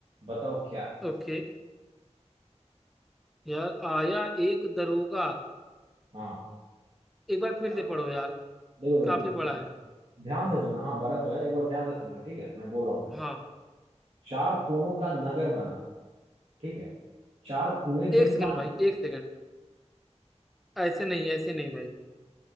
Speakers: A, on the right (about 55°); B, in the centre.
A: बताओ क्या
B: okay यार आया एक दरोगा
A: हाँ
B: एक बार फिर
A: सब
B: से पढ़ो यार
A: देखो देखो
B: काफी बड़ा है
A: ध्यान से सुनना हाँ बड़ा तो है एक बार ध्यान से सुनना ठीक है मैं बोल रहा हूँ फिर
B: हाँ
A: से चार कोनों का नगर बना ठीक है चार कुएं बिन
B: एक सेकंड
A: पानी
B: भाई एक सेकंड ऐसे नहीं ऐसे नहीं भाई